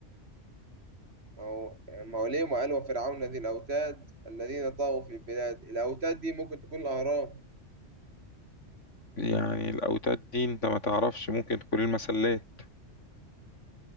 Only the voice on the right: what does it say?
ما هو ما هو ليه ما قال وفرعون ذي الأوتاد الذين طغوا في البلاد الأوتاد دي ممكن تكون الأهرام